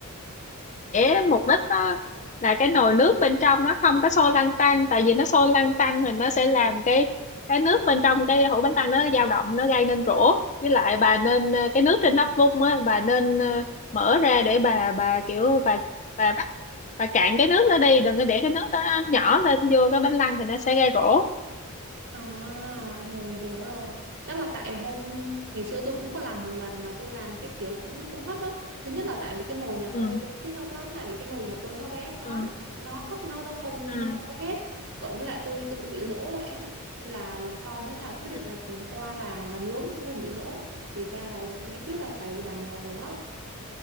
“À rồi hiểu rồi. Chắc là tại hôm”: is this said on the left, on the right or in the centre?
Right